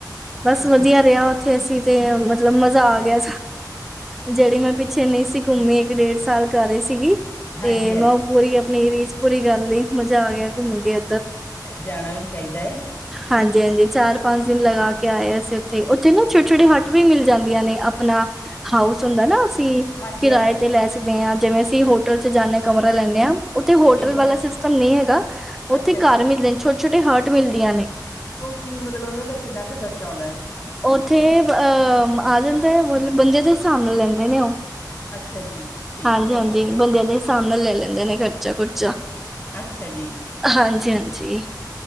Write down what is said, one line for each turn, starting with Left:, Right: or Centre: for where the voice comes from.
Centre: ਬਸ
Left: ਚਲੋ
Centre: ਵਧੀਆ ਰਿਹਾ। ਉੱਥੇ ਅਸੀਂ ਤੇ ਮਤਲਬ ਮਜ਼ਾ ਆ ਗਿਆ। ਜਿਹੜੀ ਮੈਂ ਪਿੱਛੇ ਨਹੀਂ ਸੀ। ਘੁੰਮੀ ਇੱਕ ਡੇਢ ਸਾਲ ਕਰ ਰਹੀਂ। ਸੀਗੀ
Left: ਹਾਂਜੀ-ਹਾਂਜੀ
Centre: ਤੇ ਮੈਂ ਪੂਰੀ ਆਪਣੀ ਰੀਝ ਪੂਰੀ ਕਰ ਲਈ ਮਜ਼ਾ ਆ ਗਿਆ ਘੁੰਮ ਕੇ।
Left: ਜਾਣਾ ਵੀ ਚਾਹੀਦਾ ਹੈ।
Centre: ਹਾਂਜੀ ਹਾਂਜੀ ਚਾਰ ਪੰਜ ਦਿਨ ਲਗਾ ਕੇ ਆਏ। ਅਸੀਂ ਉੱਥੇ ਉੱਥੇ ਨਾ ਛੋਟੇ ਛੋਟੇ। ਵੀ ਮਿਲ ਜਾਂਦੀਆਂ ਨੇ। ਆਪਣਾ ਹਾਊਸ ਹੁੰਦਾ ਨਾ। ਅਸੀਂ
Left: ਹਾਂਜੀ-ਹਾਂਜੀ
Centre: ਕਿਰਾਏ ਤੇ ਲੈ। ਤੇ ਹਾਂ ਜਿਵੇਂ ਅਸੀਂ ਹੋਟਲ ਚ ਜਾਂਦੇ ਕਮਰਾ ਲੈਂਦੇ ਹਾਂ। ਉੱਥੇ ਹੋਟਲ
Left: ਏਦਾਂ
Centre: ਵਾਲਾ ਸਿਸਟਮ ਨਹੀਂ ਹੈਗਾ।
Left: ਅੱਛਾ
Centre: ਉੱਥੇ ਘਰ
Left: ਜੀ।
Centre: ਮਿਲਦੇ ਛੋਟੇ ਛੋਟੇ ਹਰਟ ਮਿਲਦੀਆਂ ਨੇ।
Left: ਤੇ ਉਹ ਕੀ ਮਤਲਬ। ਉਹਨਾ ਦਾ ਕਿੰਨਾ ਕੁ ਖਰਚਾ ਆਉਂਦਾ ਹੈ।
Centre: ਉੱਥੇ ਅਹ ਆ ਜਾਂਦਾ। ਮਤਲਬ ਬੰਦੇ ਦੇ ਹਿਸਾਬ ਨਾਲ ਲੈਂਦੇ ਨੇ। ਉਹ
Left: ਅੱਛਾ ਜੀ ਠੀਕ
Centre: ਹਾਂਜੀ-ਹਾਂਜੀ
Left: ਹੈ।
Centre: ਬੰਦਿਆਂ ਦੇ ਹਿਸਾਬ ਨਾਲ ਲੈ ਲੈਂਦੇ ਨੇ। ਖਰਚਾ ਖੁਰਚਾ।
Left: ਅੱਛਾ, ਜੀ।
Centre: ਹਾਂਜੀ, ਹਾਂਜੀ।